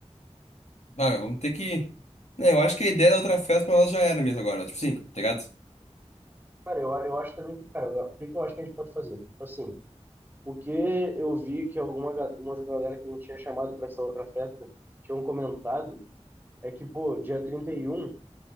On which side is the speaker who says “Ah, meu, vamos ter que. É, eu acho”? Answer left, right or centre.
Left